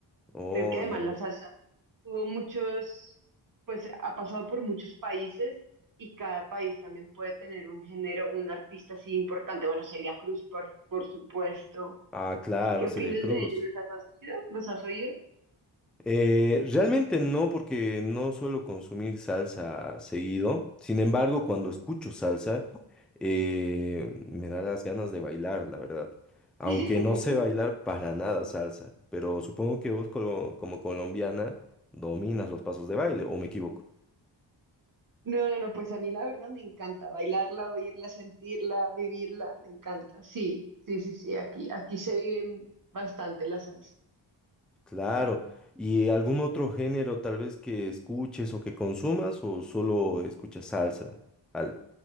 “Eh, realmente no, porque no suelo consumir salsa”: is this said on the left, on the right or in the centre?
Centre